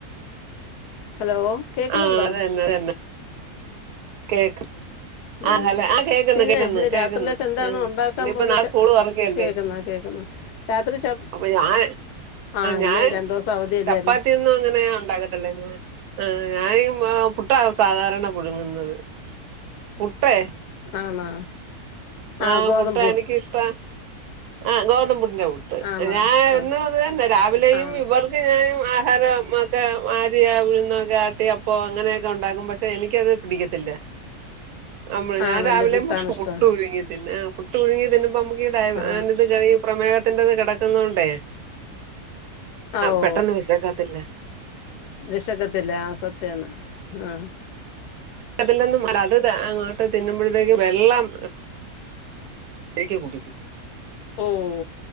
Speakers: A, on the left; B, on the right.
A: ഹലോ കേക്കുന്നുണ്ടോ
B: ആഹ് അതന്നെ അതന്നെ കേക്കും
A: ഉം
B: ആഹ് ഹെ ല്ലെ ആ കേൾക്കന്ന്
A: പിന്നെ
B: കേക്കന്ന്
A: ഇന്ന്
B: കേൾക്കന്ന്
A: രാത്രിയിലേക്ക് എന്താണ്
B: ആ
A: ഉണ്ടാക്കാൻ
B: ഇനിയിപ്പോ
A: പോന്ന
B: നാളെ സ്കൂള് തുറക്കല്ലേ
A: കേൾക്കുന്ന കേൾക്കുന്ന രാത്രി ച
B: അപ്പൊ ഞാൻ
A: ആ
B: ഞാൻ
A: ഇന്ന് രണ്ടു ദിവസം അവധിയല്ലായിരുന്നോ
B: ചപ്പാത്തിന്നും അങ്ങനെയ ഉണ്ടാക ല്ല ഞൻ ആഹ് ഞാന് പുട്ടാ സാധാരണ പുഴുങ്ങുന്നത് പുട്ടേ
A: ആണോ ആ
B: ആഹ്
A: ഗോതമ്പ്
B: പുട്ട് എനിക്കിഷ്ടാ ആ ഗോതമ്പപുടിന്റെ പുട്ട്
A: ആണോ
B: ഞാൻ
A: ആ
B: എന് പറഞാൽ തന്നെ രാവിലെയും
A: ആ
B: ഇവർ ഞാനും ആഹാരം ഒക്കെ ആര്യ ഉഴുന്നൊക്കെ ആട്ടിയഅപ്പ അങ്ങനെയൊക്കെ ഉണ്ടാക്കും പക്ഷെ എനിക്കത് പിടിക്ക ത്തില്ല അമ്മ ഞാൻ
A: ആണല്ലേ
B: രാവിലെ
A: പുട്ടാണ് ഇഷ്ടം
B: പുട്ടുപുഴുങ്ങി തിന്നെ ആ പുട്ടുപുഴുങ്ങി തിന്നുമ്പോ നമുക്ക് <unintelligible>
A: ആ
B: പ്രമേഹത്തിന്റെറത് കിടക്കുനോണ്ട്
A: ആ ഓ
B: പെട്ടെന്ന് വിശക്കാത്തില്ല
A: വിശക്കത്തില്ല ആ സത്യണ് ആഹ്
B: അതിലെന്നും അല്ല അത് അങ്ങോട്ട് തിന്നുമ്പോഴത്തേക്ക് വെള്ളം ഏക്ക് കുടിക്കും
A: ഓഹ്